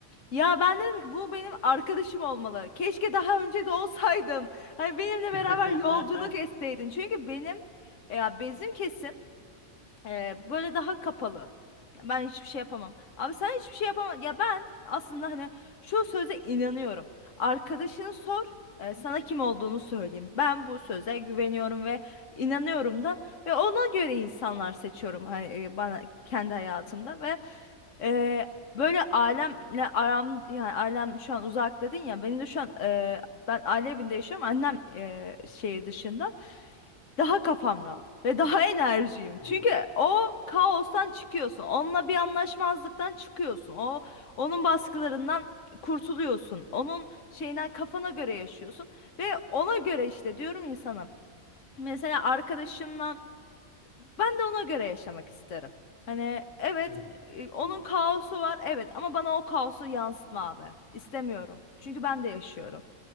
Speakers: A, on the left; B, on the left.
A: Ya ben dedim ki bu benim arkadaşım olmalı. Keşke daha önce de olsaydın. Hani benimle beraber
B: <laughs>
A: yolculuk etseydin. Çünkü benim ya bizim kesim ee, böyle daha kapalı. Ya Ben hiçbir şey yapamam. Abi sen hiçbir şey yapamam. Ya ben aslında hani şu söze inanıyorum. Arkadaşını sor, e, sana kim olduğunu söyleyeyim. Ben bu söze güveniyorum ve inanıyorum da ve ona göre insanlar seçiyorum hani, e, bana kendi hayatımda ve e, böyle ailemle aram yani ailem şu an uzak dedin ya benim de şu an e, ben aile evinde yaşıyorum. Annem e, şehir dışında. Daha kafam rahat ve daha enerjiyim. Çünkü
B: Hmm,
A: o kaostan çıkıyorsun. Onunla bir anlaşmazlıktan çıkıyorsun. O onun baskılarından kurtuluyorsun. Onun şeyinden kafana göre yaşıyorsun ve ona göre işte diyorum insanım. Mesela arkadaşımla ben de ona göre yaşamak isterim. Hani evet
B: hmm,
A: e, onun
B: anladım.
A: kaosu var evet ama bana o kaosu yansıtma abi. İstemiyorum. Çünkü ben de yaşıyorum.